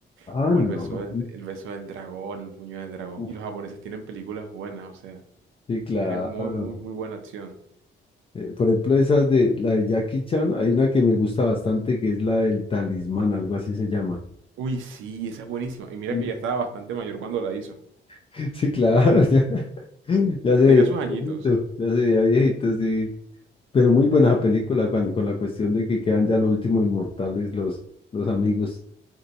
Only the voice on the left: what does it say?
Ah,
no.
Uf,
sí, claro.
Eh, por ejemplo, esas de la de Jackie Chan, hay una que me gusta bastante que es la del talismán, algo así se llama.
Sí.
<laughs> Sí, claro, ya, <laughs> ya
se veía
viejito, ya se veía viejito, sí. Pero muy buena esa película cuando- con la cuestión de que quedan ya los últimos inmortales, los, los amigos.